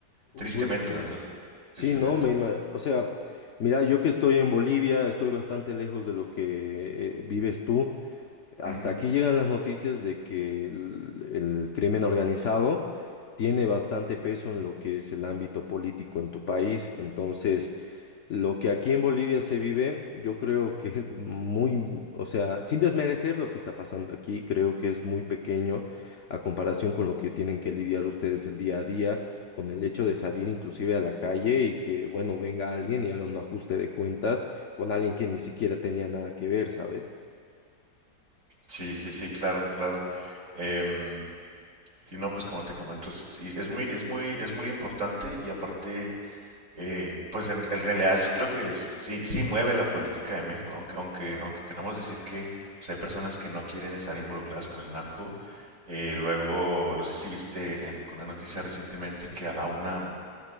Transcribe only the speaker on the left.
Uy,
sí.
Sí,
no, me, ima- o sea, mira, yo que estoy en Bolivia, estoy bastante lejos de lo que eh, vives tú. Hasta
aquí llegan las noticias de que el, el crimen organizado tiene bastante peso en lo que es el ámbito político en tu país. Entonces, Lo que aquí en Bolivia se vive, yo creo que es muy, o sea, sin desmerecer lo que está pasando aquí, creo que es muy pequeño a comparación con lo que tienen que lidiar ustedes el día a día, con el hecho de salir inclusive a la calle y que, bueno, venga alguien y haga un ajuste de cuentas con alguien que ni siquiera tenía nada que ver, ¿sabes?